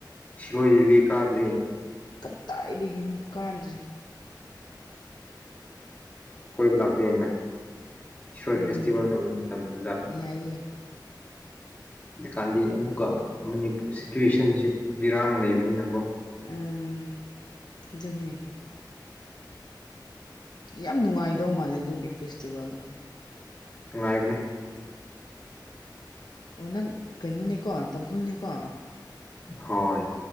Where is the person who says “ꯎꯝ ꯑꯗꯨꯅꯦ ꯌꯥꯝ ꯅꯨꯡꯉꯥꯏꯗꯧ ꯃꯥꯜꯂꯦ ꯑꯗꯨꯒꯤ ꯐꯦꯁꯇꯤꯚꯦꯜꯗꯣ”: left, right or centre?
Left